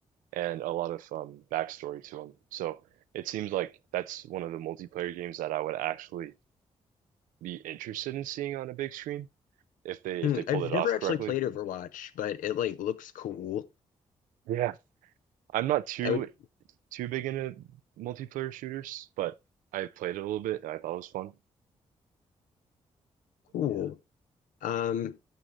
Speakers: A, on the right (about 80°); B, on the left (about 80°).
A: and a lot of um backstory to them. So it seems like that's one of the multiplayer games that I would actually be interested in seeing on a big screen if they
B: Hmm,
A: if they pulled
B: I've
A: it off
B: never actually
A: correctly.
B: played Overwatch, but it like looks cool.
A: Yeah. I'm not too
B: I would
A: too big into multiplayer shooters, but I played it a little bit and I thought it was fun.
B: cool.
A: Yeah.
B: Um,